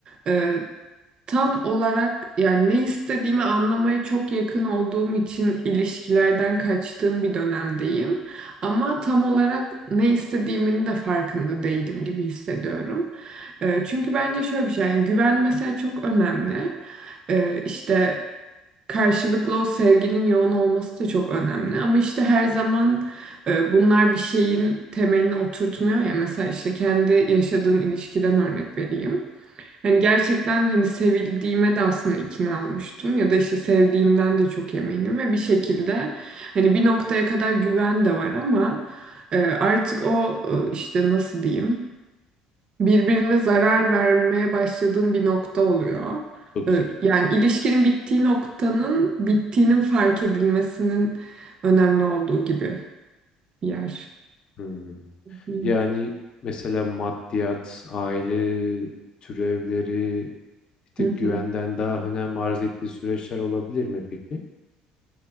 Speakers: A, on the right (about 45°); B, on the left (about 45°).
A: e, Tam olarak yani ne istediğimi anlamaya çok yakın olduğum için ilişkilerden kaçtığım bir dönemdeyim. Ama tam olarak ne istediğimin de farkında değilim gibi hissediyorum. Ee, çünkü bence şöyle bir şey yani güven mesela çok önemli. Ee, işte karşılıklı o sevginin yoğun olması da çok önemli. Ama işte her zaman e, bunlar bir şeyin temelini oturtmuyor ya. Mesela işte kendi yaşadığım ilişkiden örnek vereyim. Hani gerçekten hani sevildiğime de aslında ikna olmuştum ya da işte sevdiğimden de çok eminim ve bir şekilde hani bir noktaya kadar güven de var ama e, artık o e, işte nasıl diyeyim birbirine zarar vermeye başladığım bir nokta oluyor.
B: Toksik.
A: E, yani ilişkinin bittiği noktanın bittiğinin fark edilmesinin önemli olduğu gibi bir yer.
B: Hmm.
A: diyeyim.
B: Yani mesela maddiyat, aile türevleri bir tık
A: Hı
B: güvenden
A: hı.
B: daha önem arz ettiği süreçler olabilir mi peki?